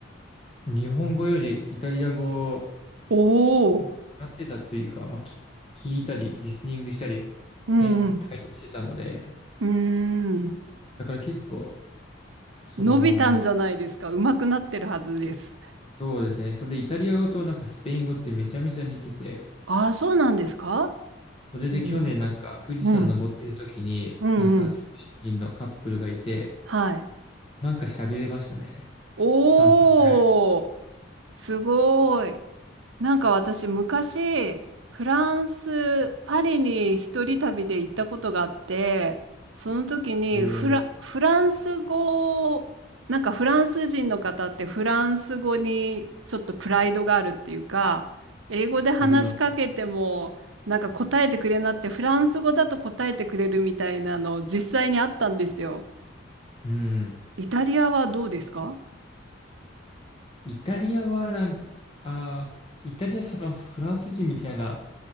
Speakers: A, on the left; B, on the right.
A: 日本語よりイタリア語を
B: おー。
A: 使ってたというか、まあ、き聞いたり、リスニングしたり、
B: うん
A: へ対応してたので、
B: うん。うーん。
A: だから結構、その、
B: 伸びたんじゃないですか。
A: まあ、
B: 上手くなってるはずです。
A: そうですね。それでイタリア語となんかスペイン語ってめちゃめちゃ似てて、
B: ああ、そうなんですか
A: それで去年なんか富士山登ってる時に、
B: おー。うん。うんうん。
A: なんかスペイン人のカップルがいて、
B: はい。
A: なんか喋れましたね。
B: おー。
A: 3分くらい。
B: すごい。なんか私昔、フランス、パリに一人旅で行ったことがあって、その時にフラ、
A: え
B: フランス語を、なんかフランス人の方ってフランス語にちょっとプライドがあるっていうか、英語で話しかけても、
A: ありますね。
B: なんか答えてくれなってフランス語だと答えてくれるみたいなの実際にあったんですよ。
A: うん。
B: イタリアはどうですか
A: イタリアはなんか、ああ、イタリアそのフランス人みたいな